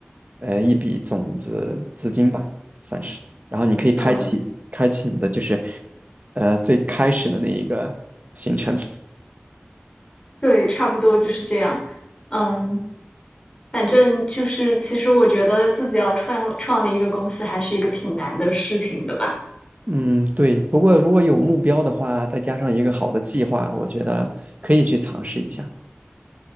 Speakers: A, on the right; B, on the left.
A: 呃，一笔种子资金吧，算是，然后你可以开启开启你的就是，
B: 嗯
A: 呃，最开始的那一个行程。
B: 对，差不多就是这样。嗯，反正就是，其实我觉得自己要创创立一个公司，还是一个挺难的事情的吧。
A: 嗯，对。不过如果有目标的话，再加上一个好的计划，我觉得可以去尝试一下。